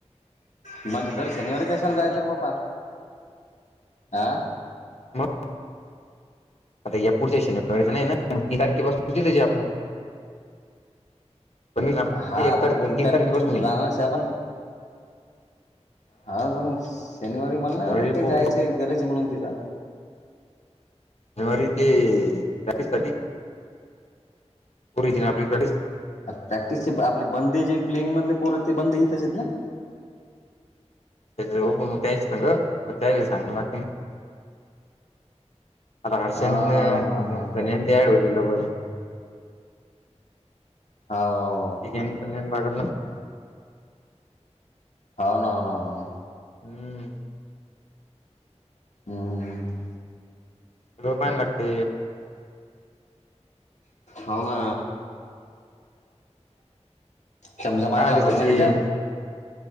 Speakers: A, on the left; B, on the left.
A: म्हणजे जर शनिवारी कशाला
B: आहे
A: जाय
B: का नाही
A: तर प्पा आं
B: मग आता या पुढच्या शनिवळेचा नाही ना ती तारखे पास सु त्याची आपण पण म
A: हा
B: एकार
A: तर मग
B: तीन
A: तारखेपासून
B: तारखे बसु मी
A: तू जाणारच आहे आपण हा तर मग शनिवारी मला
B: शनिवारी
A: नाही वाटत ते
B: पो
A: जायचे गरज म्हणून तिचा
B: ते प्रॅक्टिस सा करची ना आपली प्रॅक्टिस
A: प्रॅक्टिसचे आपले बंदे जे प्लेईंग मधले पोर आहेत ते बंद येत अस आहेत ना
B: त्या ओप मग त्यायच ना ग मग त्या सांग का आता हर्षन
A: हा हा हा
B: धनंत याड होते ब
A: हो
B: चिकन पनन लागलं
A: अननन
B: हम्म
A: हम्
B: रोपयण लागते
A: होना चमचा मारला
B: काय ते
A: होता
B: सचिन
A: नाही त्याच्यात